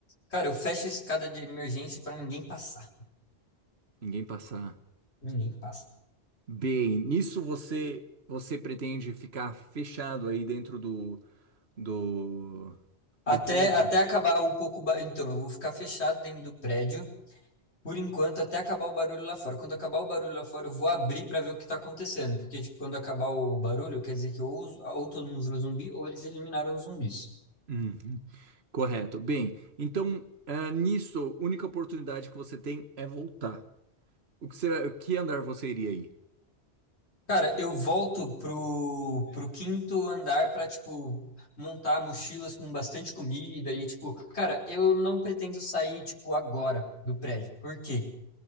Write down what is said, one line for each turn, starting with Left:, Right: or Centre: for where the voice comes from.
Left: Cara, eu fecho a escada de emergência pra ninguém passar.
Right: Ninguém passar.
Left: Ninguém passa.
Right: Bem, nisso você você pretende ficar fechado aí dentro do do,
Left: Até,
Right: do prédio?
Left: até acabar o pouco. o ba- Então, eu vou ficar fechado dentro do prédio, por enquanto, até acabar o barulho lá fora. Quando acabar o barulho lá fora, eu vou abrir pra ver o que tá acontecendo. Porque, tipo, quando acabar o barulho, quer dizer que ou, os- ou todo mundo virou zumbi, ou eles eliminaram os zumbis.
Right: Uhum. Correto. Bem, então ah, nisso, a única oportunidade que você tem é voltar. O que, você, o que andar você iria aí?
Left: Cara, eu volto pro, pro quinto andar pra, tipo, montar mochilas com bastante comida e, tipo, cara, eu não pretendo sair, tipo, agora do prédio. Por quê?